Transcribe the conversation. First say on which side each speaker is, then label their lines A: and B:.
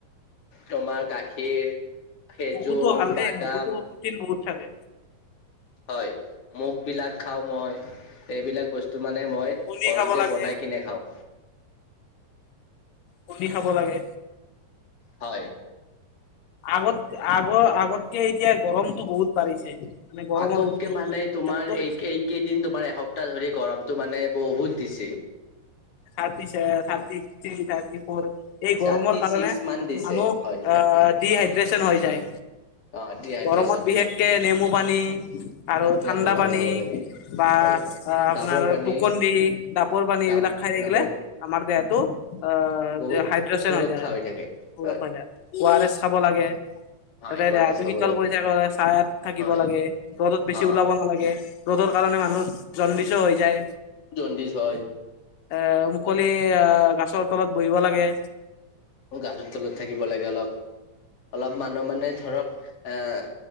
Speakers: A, on the left; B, on the left.
A: তোমাৰ গাখীৰ খেজুৰ
B: মগুতো ভাল
A: বাদাম
B: দেই মগুতো প্ৰটিন বহুত থাকে।
A: হয় মুগ বিলাক খাও মই। এইবিলাক বস্তু মানে মই
B: কণী
A: ঘৰতে
B: খাব লাগে
A: বনাই কিনে খাওঁ।
B: কণী খাব লাগে।
A: হয়।
B: আগত, আগৰ আগতকে এতিয়া গৰমতটো বহুত বাঢ়িছে। মানে গৰমৰ
A: আগতকে
B: উত্তাপটো
A: মানে তোমাৰ এই
B: বেছি
A: এইকেইদিন তোমাৰ এসপ্তাহ ধৰি গৰম। টো মানে বহুত দিছে।
B: থাৰ্টি-থাৰ্টি থ্ৰী, থাৰ্টি ফৰ এই
A: থাৰ্টি
B: গৰমৰ কাৰণে
A: ছিক্স মান দিছে
B: মানুহ
A: হয়
B: আহ, ডিহাইড্ৰেচন হৈ যায়।
A: অ ডিহাইড্ৰেচন
B: গৰমত বিশেষকে
A: হয়
B: নেমু পানী আৰু
A: নেমু
B: ঠাণ্ডা পানী
A: খাব লাগে
B: বা
A: হয়
B: আপোনাৰ
A: ডাবৰ পানী
B: গ্লুকন দি, ডাপৰ পানী,
A: ডাব
B: এইবিলাক খাই থাকিলে
A: ডাবৰ
B: আমাৰ দেহটো অ,
A: বহুত
B: হাইড্ৰেচন
A: সুৰক্ষা
B: হৈ থাকে। <unintelligible>
A: হয়
B: ওআৰএছ খাব লাগে।
A: হয়
B: তাতে
A: অ
B: দেহাটো
A: আৰ এছ খাব
B: শীতল
A: লাগে
B: কৰি থাকিব
A: হয়
B: লাগে, ৰ'দত বেছি
A: অ
B: ওলাব নালাগে। ৰ'দত কাৰণে মানুহৰ জণ্ডিচও হৈ যায়।
A: জণ্ডিছ হয়।
B: এ মুকলি আ গাছৰ তলত বহিব লাগে।
A: গাছৰ তলত থাকিব লাগে অলপ, অলপ মানুহ মানে ধৰক অহ